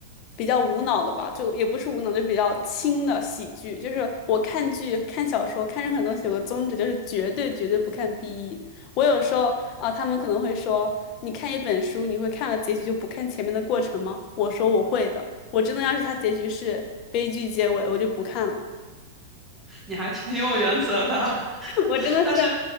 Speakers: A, on the left; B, in the centre.
A: 比较无脑的吧，就也不是无脑，就比较轻的喜剧。就是我看剧、看小说、看任何东西，有个宗旨就是绝对绝对不看 BE。我有时候啊，他们可能会说，你看一本书，你会看了结局就不看前面的过程吗？我说我会的，我真的要是它结局是悲剧结尾，我就不看了。
B: 你还挺有原则的。<laughs>
A: <laughs> 我真的是，
B: 但是